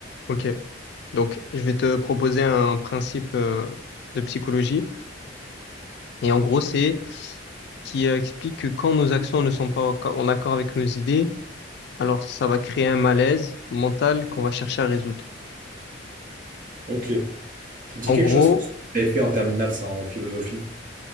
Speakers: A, on the left (about 60°); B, on the right (about 45°).
A: Ok. Donc, je vais te proposer un principe euh, de psychologie. Et en gros, c'est qui euh, explique que quand nos actions ne sont pas en accord avec nos idées, alors ça va créer un malaise mental qu'on va chercher à résoudre.
B: Ok. Ça me dit
A: En
B: quelque
A: gros,
B: chose, ce que tu avais fait en terminale, ça, en philosophie.